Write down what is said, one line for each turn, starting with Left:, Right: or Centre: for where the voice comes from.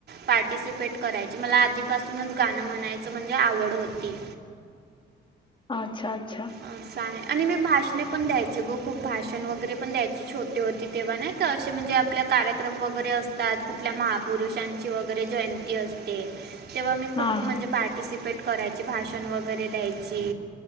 Right: पार्टिसिपेट करायचे मला आधीपासूनच गाणं म्हणायचं म्हणजे आवड होती.
Left: अच्छा अच्छा,
Right: असं आहे आणि मी भाषणे पण द्यायचे ब खूप भाषण वगैरे पण द्यायचे छोटे होती. तेव्हा नाही का असे म्हणजे आपले कार्यक्रम वगैरे असतात कुठल्या महापुरुषांची वगैरे जयंती अस, ते तेव्हा मी खूप
Left: हा
Right: म्हणजे
Left: हा.
Right: पार्टिसिपेट करायची भाषण वगैरे द्यायची.